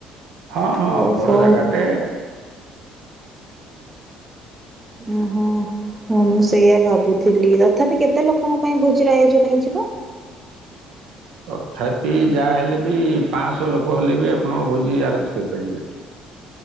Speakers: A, on the right; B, on the right.
A: ହଁ ହଁ
B: ଓହୋ
A: ବଡ ଜାଗା ଟେ
B: ଓହୋ ହଁ ମୁଁ ସେଇଆ ଭାବୁଥିଲି ତଥାପି କେତେ ଲୋକଙ୍କ ପାଇଁ ଭୋଜିର ଆୟୋଜନ ହେଇଯିବ।
A: ତଥାପି ଯାହା ହେଲେ ବି ପାଞ୍ଚଶହ ଲୋକ ହେଲେ ବି ଆପଣ ଭୋଜି ଆରେଞ୍ଜ କରିପାରିବେ।